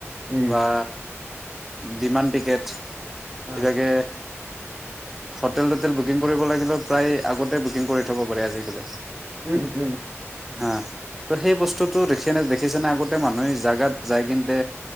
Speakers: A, on the right; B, in the centre.
A: উম
B: বা বিমান টিকেট
A: হয়
B: এইভাগে হোটেল তোটেল বুকিং কৰিব লাগিলে প্ৰায় আগতে বুকিং কৰি থব পাৰে আজিকালি।
A: উম উম উম হয়
B: হা ত' সেই বস্তুটো দেখিনে দেখিছেনে আগতে মানুহে জাগাত যায় কিন্তে